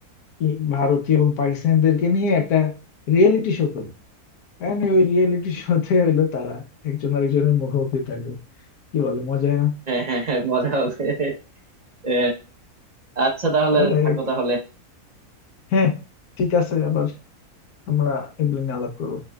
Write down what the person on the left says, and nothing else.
ই- ভারতীয় এবং পাকিস্তানিদেরকে নিয়ে একটা রিয়েলিটি শো করি And ওই রিয়েলিটি শোতে হইলো তারা একজন আরেকজনের মুখোমুখি থাকবে কি বলো মজাই না
তারা
এক-
হ্যাঁ ঠিক আছে আবার আমরা এগুলো নিয়ে আলাপ করবো